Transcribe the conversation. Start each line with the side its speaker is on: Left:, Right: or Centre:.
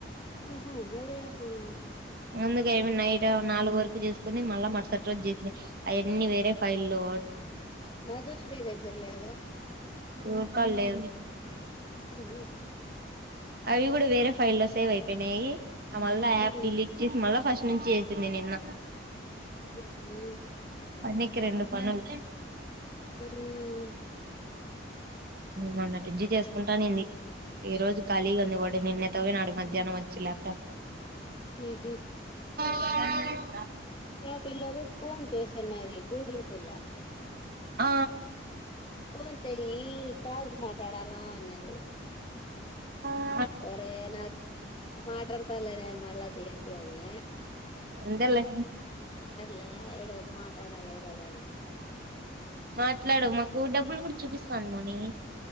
Left: ఉహు ఊరే ఏమన్నా
Right: ముందుగా అమ్మి నైట్ నాలుగు వరకు చేసుకుంది మళ్ళా మరుసటి రోజు చేసి అవన్నీ వేరే ఫైల్ల్లో
Left: మాధుశ్రీ దగ్గర లేదా
Right: ఎవురికాడ లేదు
Left: ఉ ఉ
Right: అవి కూడా వేరే ఫైల్లో సేవ్ అయిపోయినాయి ఆ మళ్ళా యాప్
Left: హ్మ్.
Right: డిలీట్ చేసి మళ్ళా ఫస్ట్ నుంచి చేసింది నిన్న
Left: ఉహు
Right: పనికి రెండు పనులు
Left: హ్మ్మ్
Right: మన్నట్టుంచి చేసుకుంటానేనుంది ఈ రోజు కాలీగా ఉంది వాడు నిన్న ఎత్తకపోయినాడు మధ్యానం వచ్చి ల్యాప్టాప్
Left: ఉహు
Right: అవు
Left: ఆ పిల్లకు ఫోన్ చేసినది గూడల్ పిల్ల
Right: ఆ
Left: ఫోన్ చెయ్యి కాల్స్ మాటాడలా అన్నది
Right: అ
Left: ఒరే నా మాటతాలే నేను మళ్ళా చేసి అన్న
Right: అంతేలే
Left: లే ఈ రోజు మాటాడాల ఈ రోజైన
Right: మాట్లాడు మాకు డబ్బులు కూడా చూపిస్తాంది మౌని